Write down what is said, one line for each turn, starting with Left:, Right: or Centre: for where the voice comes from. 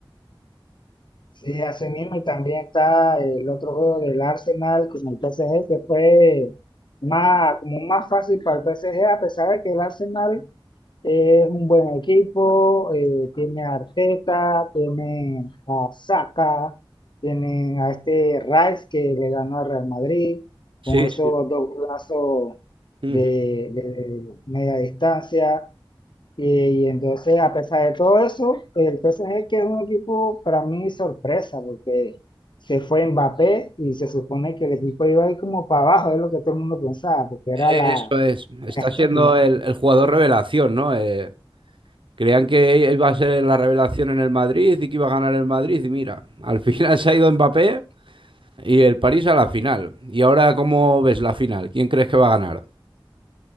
Left: Sí, así mismo. Y también está el otro juego del Arsenal con el PSG, que fue más, como más fácil para el PSG, a pesar de que el Arsenal es un buen equipo, eh, tiene a Arteta, tiene a Saka, tienen a este Rice que le ganó al Real Madrid
Right: Sí,
Left: con esos
Right: sí.
Left: dos golazos
Right: Ujú.
Left: de, de media distancia. Y, y entonces, a pesar de todo eso, el PSG, que es un equipo para mí sorpresa, porque se fue Mbappé y se supone que el equipo iba a ir como para abajo, es lo que todo el mundo pensaba, porque era
Right: Eso
Left: la,
Right: es. Está
Left: la estrella.
Right: siendo el, el jugador revelación, ¿no? Eh, creían que iba a ser la revelación en el Madrid y que iba a ganar el Madrid y mira, al final <laughs> se ha ido Mbappé y el París a la final. Y ahora, ¿cómo ves la final? ¿Quién crees que va a ganar?